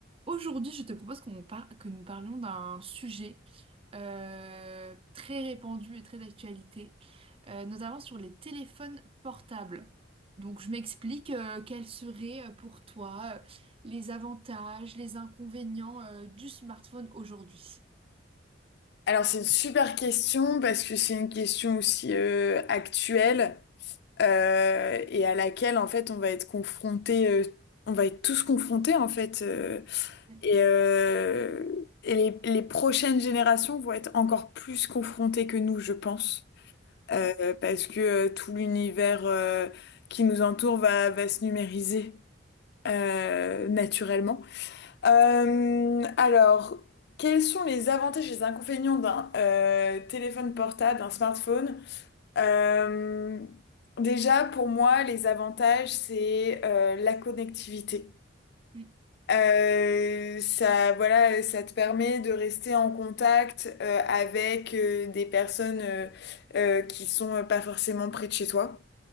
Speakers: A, on the right; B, on the left.
A: Aujourd'hui, je te propose qu'on par- que nous parlions d'un sujet euh, très répandu et très d'actualité, euh, notamment sur les téléphones portables. Donc, je m'explique euh, quels seraient euh, pour toi euh, les avantages, les inconvénients euh, du smartphone aujourd'hui.
B: Alors c'est une super question parce que c'est une question aussi euh, actuelle euh, et à laquelle en fait on va être confronté, euh, on va être tous confrontés en fait euh,
A: Mm.
B: et, euh, et les, les prochaines générations vont être encore plus confrontées que nous je pense
A: Oui,
B: euh, parce que euh, tout l'univers euh, qui nous entoure va, va se numériser euh, naturellement. Euh, alors, quels sont les avantages et les inconvénients d'un euh, téléphone portable, d'un smartphone? Euh, déjà, pour moi, les avantages, c'est euh, la connectivité.
A: Mm,
B: Euh, ça, voilà, ça te permet de rester en contact euh, avec euh, des personnes euh, euh, qui sont euh, pas forcément près de chez toi